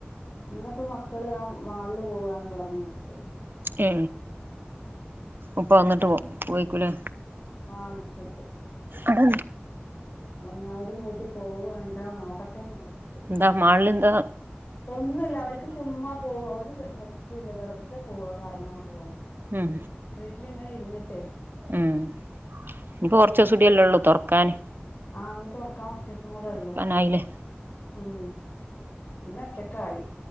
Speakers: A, on the left; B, on the right.
A: ഇന്ന്പ്പോ മക്കള് ആ മാളില് പോവാന്നും പറഞ് നിക്ക
B: എ ഉപ്പ വന്നിട്ട് പോ പോവേക്കൂലേ
A: ആ മുക്കത്ത്
B: അട
A: ഞാടേം കൂട്ടി പോവ എന്താ നോക്കട്ടെന്ന് വിചാരിച്ചിരിക്ക
B: എന്താ മാൾല്ന്താ
A: ഒന്നുല്ല അവർക്ക് ചുമ്മാ പോവ അവര് സ്റ്റുല്ല വെറുതെ പോവ കറങ്ങാൻ പോവാ
B: ഉം
A: വീട്ടില് ഇങ്ങനെ ഇര് ന്നട്ടെ
B: ഉം ഇനിപ്പോ കൊറചൂസുടിയല്ലെള്ളൂ
A: വന്നിട്ട്
B: തൊർ ക്കാന്
A: ആ ഞ്ഞ് തൊറക്കാ കുറച്ചീസ് കൂടെള്ളൂ
B: തുറക്കാനായില്ലേ
A: ഉം പിന്ന ഒറ്റക്കായി